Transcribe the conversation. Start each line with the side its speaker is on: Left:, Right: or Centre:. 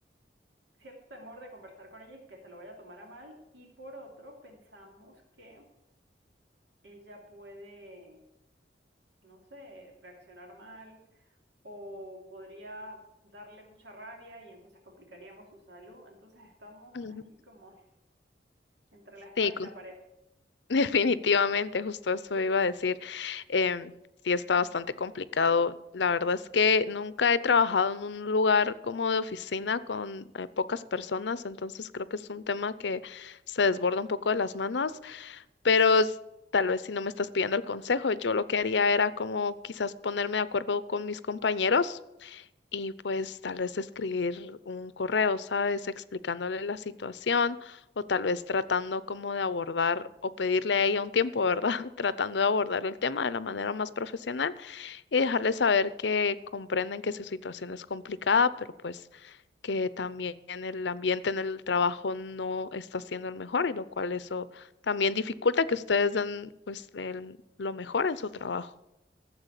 Right: cierto temor de conversar con ella y que se lo vaya a tomar a mal, y por otro, pensamos que ella puede, no sé, reaccionar mal o podría darle mucha rabia y entonces complicaríamos su salud. Entonces estamos
Left: Ujú.
Right: así como Entre la espada
Left: Sí,
Right: y la pared.
Left: <laughs> Definitivamente, justo eso iba a decir. em, sí, está bastante complicado. La verdad es que nunca he trabajado en un lugar como de oficina con eh, pocas personas, entonces creo que es un tema que se desborda un poco de las manos, pero s- tal vez si no me estás pidiendo el consejo, yo lo que haría era como quizás ponerme de acuerdo con mis compañeros y pues tal vez escribir un correo, ¿sabes? Explicándole la situación o tal vez tratando como de abordar o pedirle a ella un tiempo, ¿verdad? <laughs> Tratando de abordar el tema de la manera más profesional y dejarle saber que comprenden que su situación es complicada, pero pues que también el ambiente en el trabajo no está siendo el mejor y lo cual eso también dificulta que ustedes den pues el- lo mejor en su trabajo.